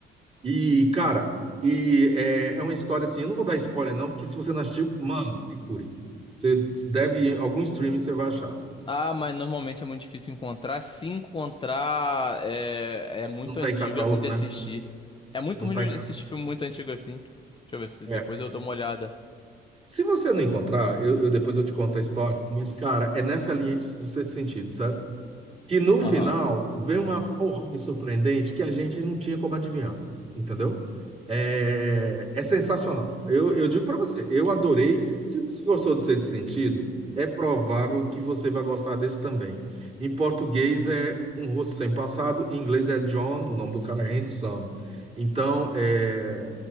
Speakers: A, on the right; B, on the left.
A: E, cara, e é, é uma história assim, eu não vou dar spoiler não, porque se você não assistiu, mano, procure. Você deve, em algum streaming você vai achar.
B: Ah, mas normalmente é muito difícil encontrar. Se encontrar, é, é muito
A: Não tá
B: antigo,
A: em catálogo,
B: é ruim de
A: né?
B: assistir. É muito
A: Não
B: ruim
A: tá
B: de
A: em catálogo.
B: assistir filme muito antigo assim. Deixa eu ver se
A: É.
B: depois eu dou uma olhada.
A: Se você não encontrar, eu, eu- depois eu te conto a história. Mas, cara, é nessa linha de- do sexto sentido, certo? que no final
B: Aham.
A: vem uma porrada surpreendente que a gente não tinha como adivinhar, entendeu? É, é sensacional. Eu, eu digo para você, eu adorei. Se você gostou do Sexto Sentido, é provável que você vai gostar desse também. Em português é Um Rosto Sem Passado, em inglês é John, o nome do cara é Handsome. Então, é,